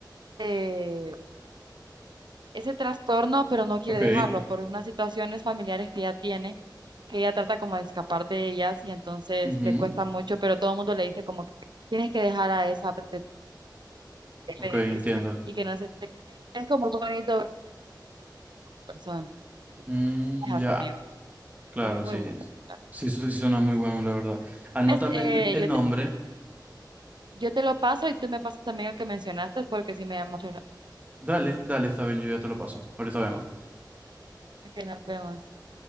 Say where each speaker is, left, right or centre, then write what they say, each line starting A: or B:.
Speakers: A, on the right; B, on the right.
A: eh, ese trastorno, pero no quiere
B: ok,
A: dejarlo por unas situaciones familiares que ella tiene, que ella trata como de escapar de ellas y entonces
B: Ujú.
A: le cuesta mucho, pero todo el mundo le dice como que tienes que dejar a esa parte
B: ok,
A: que le dice,
B: entiendo.
A: y que no se te Es como muy bonito ver a persona,
B: Mm,
A: como dejarlo,
B: ya.
A: amigo.
B: Claro,
A: Es muy
B: sí,
A: bonita.
B: sí, su- sí suena muy bueno, la verdad. Anótame
A: Es, eh,
B: el, el
A: yo
B: nombre.
A: te, yo te lo paso y tú me pasas también el que mencionaste porque sí me llama mucho la-
B: Dale, dale, está bien, yo ya te lo paso. Ahorita vengo.
A: atención. Ok, nos vemos.